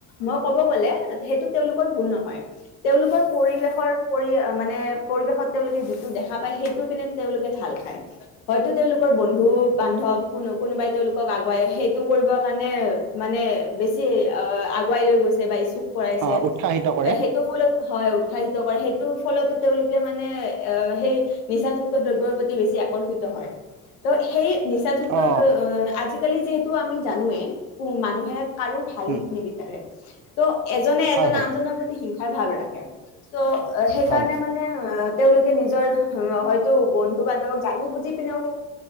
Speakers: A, on the left (about 85°); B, on the right (about 50°).
A: মই ক'ব গ'লে সেইটো তেওঁলোকৰ ভুল নহয়। তেওঁলোকৰ পৰিৱেশৰ পৰি মানে পৰিৱেশত তেওঁলোকে যিটো দেখা পায় সেইটো পিনে তেওঁলোকে ঢাল খায়, হয়তো তেওঁলোকৰ বন্ধু-বান্ধৱ কোনো-কোনোবাই তেওঁলোকক আগুৱাই সেইটো কৰিবৰ কাৰণে মানে বেছি আহ আগুৱাই লৈ গৈছে বা ইচ্ছুক কৰাইছে
B: অ উৎসাহিত কৰে
A: সেইটো ফলত হয়, উৎসাহিত কৰে সেই ফলতো তেওঁলোকে মানে অ সেই নিচাযুক্ত দ্ৰব্যৰ প্ৰতি বেছি আকৰ্ষিত হয়। ত সেই নিচাযুক্ত
B: অ
A: দ্ৰঅ আজি আলি যিহেতু আমি জানোৱে মানুহে কাৰো ভাল
B: উম
A: নিবিচাৰে ত' এজনে-এজন
B: হয় হয়
A: আনজনৰ প্ৰতি হিংসাৰ ভাৱ ৰাখে। চ' সেইকাৰণে
B: হয়
A: মানে অ তেওঁলোকে নিজৰ হয় বন্ধু-বান্ধৱক জানি বুজি পিনেও